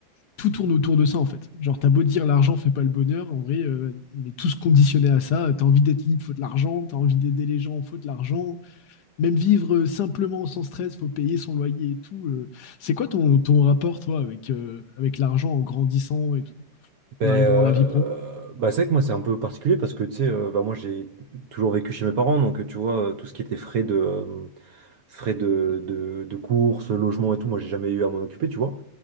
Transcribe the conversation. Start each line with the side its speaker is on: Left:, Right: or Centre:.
Left: tout tourne autour de ça, en fait. Genre, t'as beau dire l'argent fait pas le bonheur, en vrai, euh, on est tous conditionnés à ça. T'as envie d'être libre, faut de l'argent. T'as envie d'aider les gens, faut de l'argent. Même vivre euh, simplement sans stress, faut payer son loyer et tout. euh. C'est quoi ton, ton rapport, toi, avec, euh, avec l'argent en grandissant et tout?
Right: Ben,
Left: en arrivant
Right: euh,
Left: dans la vie pro.
Right: bah, c'est vrai que moi c'est un peu particulier parce que tu sais, euh, bah, moi j'ai toujours vécu chez mes parents, donc euh, tu vois, euh, tout ce qui était frais de euh, frais de, de, de courses, logement et tout, moi j'ai jamais eu à m'en occuper, tu vois.